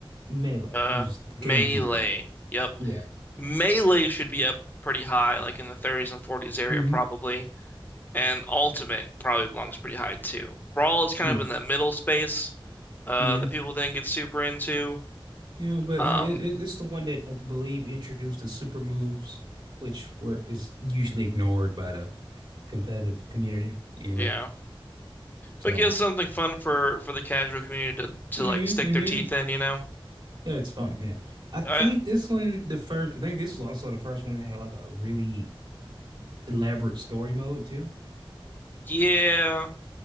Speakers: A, on the right (about 60°); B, on the left (about 20°).
A: Melee.
B: Uh,
A: It was GameCube
B: Melee.
A: one.
B: Yep,
A: Yeah.
B: Melee should be up pretty high, like in the 30s and 40s area
A: hmm
B: probably. And Ultimate probably belongs pretty high too. Brawl is kind
A: Yeah.
B: of in that middle space uh,
A: Yeah.
B: that people didn't get super into.
A: Yeah, but
B: Um,
A: uh, it, it- it's the one that I believe introduced the super moves, which were is usually ignored by the competitive community anyway.
B: yeah,
A: So,
B: but gives something fun for for the casual community to to
A: hmm
B: like stick
A: hmm
B: their teeth in, you know?
A: Yeah, it's fun. Yeah, I think
B: Uh,
A: this one, the first, I think this was also the first one that had like a really elaborate story mode too.
B: yeah,